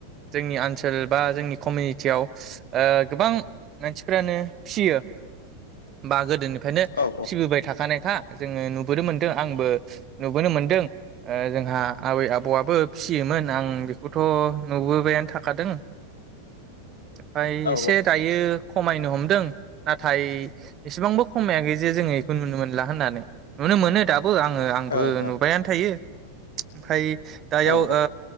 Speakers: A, on the right; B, on the left.
A: जोंनि आनसोल बा जोंनि कमिनिटियाव ओ गोबां मानसिफ्रानो फिसियो बा गोदोनिफ्रायनो
B: औ
A: फिसिबोबाय थाखानायखा जोङो नुबोनो मोनदों आंबो नुबोनो मोनदों ओ जोंहा आबै आबौआबो फिसियो मोन आं बेखौथ' नुबोबायानो थाखादों फ्राय
B: औ
A: एसे दायो खमायनो हमदों नाथाय एसेबांबो खमायाखै जे जोङो बेखौ नुनो मोनला होननानै नुनो मोनो दाबो आङो आंबो
B: औ ओं ओं
A: नुबायानो थायो ओमफ्राय दायाव
B: औ
A: ओ